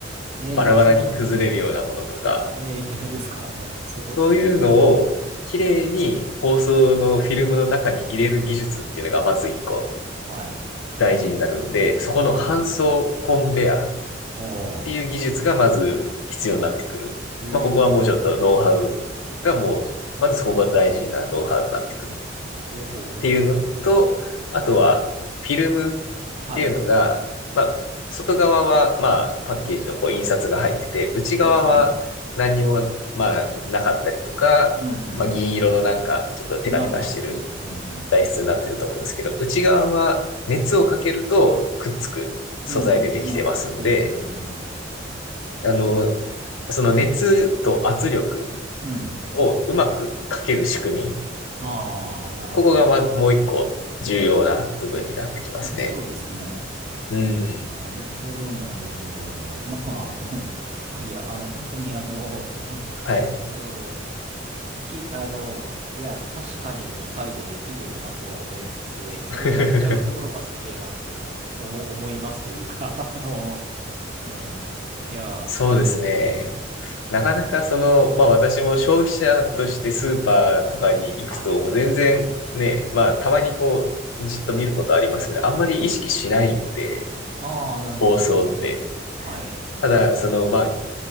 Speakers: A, on the right (about 35°); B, on the left (about 90°).
A: ー、えー焼きそばの上にいける。
B: バラバラに崩れるようなものとか、
A: えー、いけるんですかあれ。すごいですね。
B: そういうのを綺麗に包装のフィルムの中に入れる技術っていうのがまず一個
A: はい。
B: 大事になるんで、そこの搬送コンベア。
A: おー、
B: っ
A: お
B: ていう技術がまず必要になってくる。
A: ー、へ
B: まあ、ここはもうちょっとノウハウがもう、
A: ー、
B: まずそこが大事なノウハウになってくる
A: おほほほほほ。
B: っていうのと、あとはフィルムっていうのが、
A: はい。
B: まあ、外側はまあパッケージのこう印刷が入ってて、内側は何にもまあなかったりとか、
A: そうですね。うんうん
B: まあ銀色のなんかちょっとテカテカしてる
A: まあまあ、うん、うん、うん、
B: 材質になってると思うんですけど、
A: うん、うん。
B: 内側は熱をかけるとくっつく素材でできてますんで、
A: うん、うん。まあ、普通そうですね。うん。
B: あの、その熱と圧力
A: うん。
B: をうまくかける仕組み。
A: ああ、なるほど、
B: ここがま、
A: なるほ
B: もう一個重要な部分になってきますね。
A: ど。そうですね。
B: うん。
A: なるほど、なるほど。まあ、うん。あ、いや、あの、本当に、あの、うん、
B: はい。
A: あの、き、あの、いや、確かに機械でできるよなとは思いつつ、それをやっちゃうところがすげえなって思、
B: <laughs>
A: 思、思いますというか、<laughs> あの、うん。いや、
B: そうですね。
A: そうですよね。うん。
B: なかなかその、まあ私も消費者としてスーパーとかに行くと、
A: はい。
B: もう全然ね、まあたまにこう、じっと見ることありますけど、あんまり意識しないんで、
A: ああ、なるほど、
B: 包装って。
A: なるほど。はい。
B: ただ、その、まあ